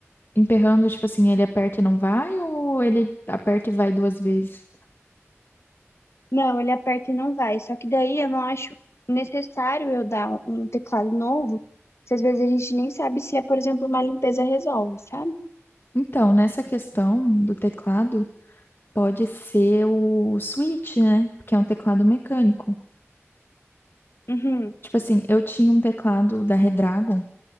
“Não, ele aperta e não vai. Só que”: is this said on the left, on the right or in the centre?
Left